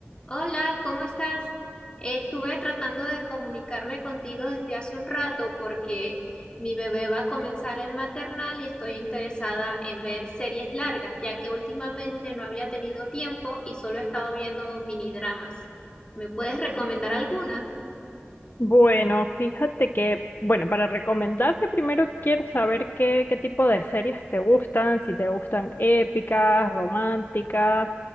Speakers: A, on the left; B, on the left.
A: Hola, ¿cómo estás? Eh, Estuve tratando de comunicarme contigo desde hace un rato porque mi bebé va a comenzar el maternal y estoy interesada en ver series largas, ya que últimamente no había tenido tiempo y solo he estado viendo minidramas. ¿Me puedes recomendar alguna?
B: Bueno, fíjate que, bueno, para recomendarte primero quiero saber qué, qué tipo de series te gustan, si te gustan épicas, románticas,